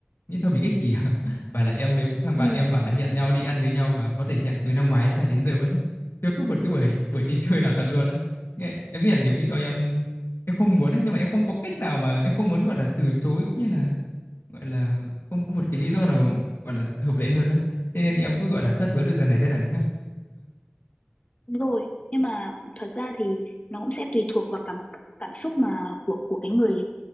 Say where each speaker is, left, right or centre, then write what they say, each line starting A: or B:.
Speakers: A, on the left; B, on the left.
A: nghĩ sao mình ích kỷ <laughs> và là em với thằng bạn
B: ừ.
A: em bảo là hẹn nhau đi ăn với nhau mà có thể hẹn từ năm ngoái đấy và đến giờ vẫn chưa có một cái buổi buổi đi chơi nào thật luôn á Nghe- em nghĩ là nhiều khi do em em không muốn ấy nhưng mà em không có cách nào mà em không muốn gọi là từ chối cũng như là gọi là không có một cái lý do nào gọi là hợp lệ hơn á thế nên em cứ gọi là thất hứa từ lần này đến lần khác
B: Đúng rồi nhưng mà thật ra thì nó cũng sẽ tùy thuộc vào cảm cảm xúc mà của của cái người